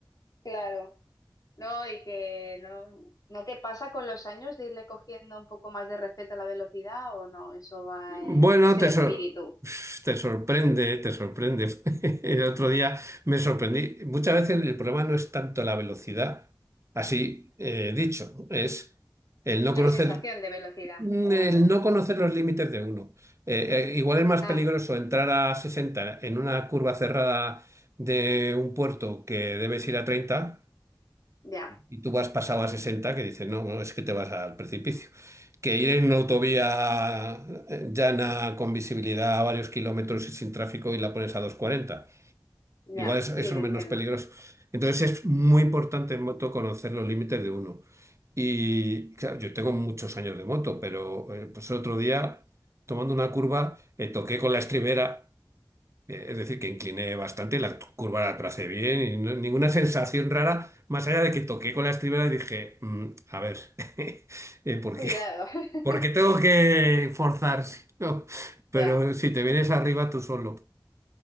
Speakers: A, on the left (about 50°); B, on the right (about 35°).
A: Claro. No, y que no, ¿no te pasa con los años de irle cogiendo un poco más de respeto a la velocidad o no? Eso va,
B: Bueno,
A: eh, es
B: te,
A: el espíritu,
B: sor- te sorprende, te sorprende. <laughs> El otro día me sorprendí. Muchas veces el problema no es tanto la velocidad, así eh, dicho, es el no
A: la
B: conocer
A: sensación de velocidad.
B: Mm,
A: O...
B: El no conocer los límites de uno. Eh, eh, igual es más
A: Ah,
B: peligroso entrar a 60 en una curva cerrada de un puerto que debes ir a 30
A: ya,
B: y tú vas pasado a 60 que dices, no, no, es que te vas al precipicio. Que ir en una autovía eh, llana con visibilidad a varios kilómetros y sin tráfico y la pones a doscientos cuarenta
A: ya,
B: Igual eso,
A: sí,
B: eso
A: te
B: es
A: entiendo.
B: menos peligroso. Entonces es muy importante en moto conocer los límites de uno. Y claro, yo tengo muchos años de moto, pero eh, pues el otro día, tomando una curva, eh, toqué con la estribera, eh, es decir, que incliné bastante y la curva la tracé bien y no- ninguna sensación rara, más allá de que toqué con la estribera y dije, "Mm, a ver, <laughs> eh, ¿por
A: Cuidado.
B: qué?
A: <laughs>
B: ¿Por qué tengo que forzar? <laughs> no?". Pero
A: Ya.
B: si te vienes arriba tú solo.